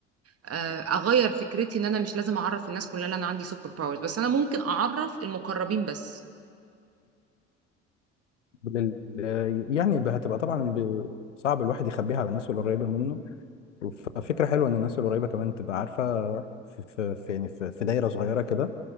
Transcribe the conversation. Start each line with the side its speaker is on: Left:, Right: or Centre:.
Right: آه، اغير فكرتي ان انا مش لازم اعرف الناس كلها ان انا عندي سوبر باورز بس انا ممكن اعرف المقربين بس
Left: بال- يعني هتبقى طبعا ب- صعب الواحد يخبيها على الناس القريبة منه ففكرة حلوة إن الناس القريبة كمان تبقى عارفة في, في, في يعني في, في دايرة صغيرة كده